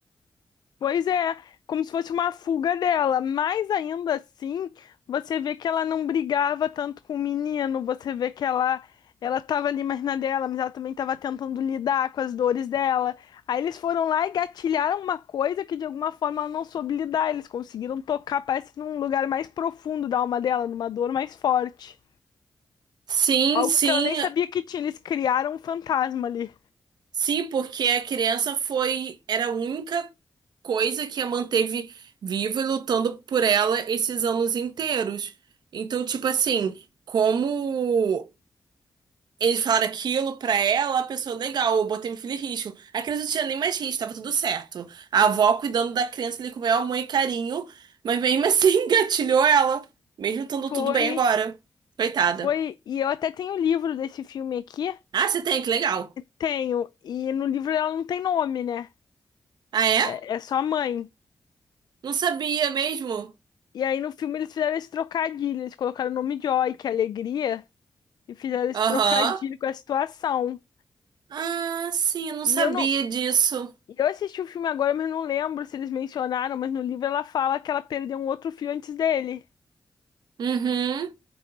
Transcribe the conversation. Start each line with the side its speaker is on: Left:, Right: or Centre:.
Left: Pois é, como se fosse uma fuga dela, mas ainda assim, você vê que ela não brigava tanto com o menino, você vê que ela ela tava ali mais na dela, mas ela também estava tentando lidar com as dores dela. Aí eles foram lá e gatilharam uma coisa que de alguma forma ela não soube lidar, eles conseguiram tocar, parece num lugar mais profundo da alma dela, numa dor mais forte.
Right: Sim,
Left: Algo
Right: sim,
Left: que ela nem sabia que tinha, eles criaram um fantasma ali.
Right: sim, porque a criança foi, era a única coisa que a manteve viva e lutando por ela esses anos inteiros. Então, tipo assim, como eles falaram aquilo pra ela, a pessoa, legal, eu botei meu filho em risco. A criança não tinha nem mais risco, tava tudo certo. A avó cuidando da criança ali com o maior amor e carinho, mas mesmo assim <laughs> engatilhou ela, mesmo estando
Left: Foi,
Right: tudo bem agora. Coitada.
Left: foi, e eu até tenho o livro desse filme aqui.
Right: Ah, você tem, que legal.
Left: Tenho. E no livro ela não tem nome, né?
Right: Ah, é?
Left: É, é só a mãe.
Right: Não sabia mesmo?
Left: E aí no filme eles fizeram esse trocadilho. Eles colocaram o nome Joy, que é alegria, e fizeram esse
Right: Aham.
Left: trocadilho com a situação.
Right: Ah, sim, eu não
Left: E
Right: sabia
Left: eu não.
Right: disso.
Left: e Eu assisti o filme agora, mas não lembro se eles mencionaram, mas no livro ela fala que ela perdeu um outro fio antes dele.
Right: Uhum.